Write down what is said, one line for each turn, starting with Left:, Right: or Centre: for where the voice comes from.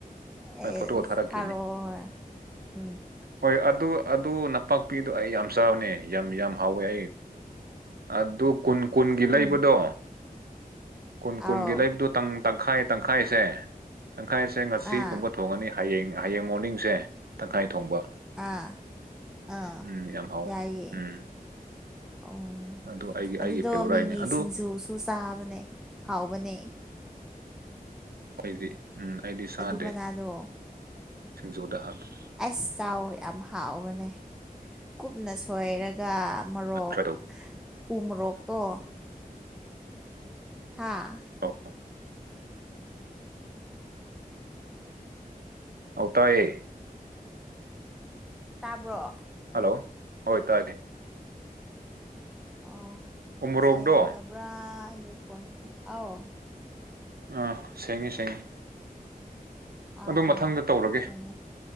Right: ꯍꯣꯏ
Centre: ꯑꯦꯁ
Right: ꯐꯣꯇꯣ ꯊꯥꯔꯛꯀꯦꯅꯦ
Centre: ꯊꯥꯔꯛꯑꯣ ꯎꯝ
Right: ꯍꯣꯏ ꯑꯗꯨ ꯑꯗꯨ ꯅꯄꯥꯛꯄꯤꯗꯣ ꯑꯩ ꯌꯥꯝ ꯆꯥꯕꯅꯦ ꯌꯥꯝ ꯌꯥꯝ ꯍꯥꯎꯋꯦ ꯑꯩ ꯑꯗꯨ ꯀꯨꯟ ꯀꯨꯟꯒꯤ
Centre: ꯎꯝ
Right: ꯂꯩꯕꯗꯣ ꯀꯨꯟ ꯀꯨꯟꯒꯤ
Centre: ꯑꯥꯎ
Right: ꯂꯩꯕꯗꯣ ꯇꯪ ꯇꯪꯈꯥꯏ ꯇꯪꯈꯥꯏꯁꯦ ꯇꯪꯈꯥꯏꯁꯦ ꯉꯁꯤꯒꯨꯝꯕ
Centre: ꯑꯥ
Right: ꯊꯣꯡ ꯊꯣꯡꯉꯅꯤ ꯍꯌꯦꯡ ꯍꯌꯦꯡ ꯃꯣꯔꯅꯤꯡꯁꯦ ꯇꯪꯈꯥꯏ ꯊꯣꯡꯕ
Centre: ꯑꯥ ꯑꯥ
Right: ꯎꯝ ꯌꯥꯝ ꯍꯥꯎꯋꯦ
Centre: ꯌꯥꯏꯌꯦ
Right: ꯎꯝ
Centre: ꯑꯣ
Right: ꯑꯗꯨ ꯑꯩꯒꯤ
Centre: ꯑꯗꯨꯗꯣ
Right: ꯑꯩꯒꯤ ꯐꯦꯚꯣꯔꯥꯏꯠꯅꯤ
Centre: ꯃꯤꯃꯤ
Right: ꯑꯗꯨ
Centre: ꯁꯤꯡꯖꯨꯁꯨ ꯆꯥꯕꯅꯦ ꯍꯥꯎꯕꯅꯦ
Right: ꯑꯩꯗꯤ ꯎꯝ ꯑꯩꯗꯤ ꯆꯥꯗꯦ
Centre: ꯑꯗꯨ ꯃꯅꯥꯗꯣ
Right: ꯁꯤꯡꯖꯨꯗ ꯍꯥꯞꯇꯦ
Centre: ꯑꯦꯁ ꯆꯥꯎꯑꯣ ꯌꯥꯝ ꯍꯥꯎꯕꯅꯦ ꯀꯨꯞꯅ ꯁꯣꯏꯔꯒ ꯃꯣꯔꯣꯛ
Right: ꯇ꯭ꯔꯥꯏ ꯇꯧ
Centre: ꯎꯃꯣꯔꯣꯛꯇꯣ ꯍꯥꯥ
Right: <unintelligible> ꯑꯧ ꯇꯥꯏꯌꯦ
Centre: ꯇꯥꯕ꯭ꯔꯣ
Right: ꯍꯜꯂꯣ ꯍꯣꯏ ꯇꯥꯏꯌꯦ
Centre: ꯑꯣ
Right: ꯎꯃꯣꯔꯣꯛꯗꯣ
Centre: ꯁꯦꯡꯗꯕ꯭ꯔꯥ ꯑꯩꯒꯤ ꯈꯣꯟꯁꯦ ꯑꯥꯎ
Right: ꯑꯥ ꯁꯦꯡꯉꯦ ꯁꯦꯡꯉꯦ
Centre: ꯑꯥ
Right: ꯑꯗꯨ ꯃꯊꯪꯗ
Centre: ꯑꯥ
Right: ꯇꯧꯔꯒꯦ
Centre: ꯁꯦꯡꯉꯦ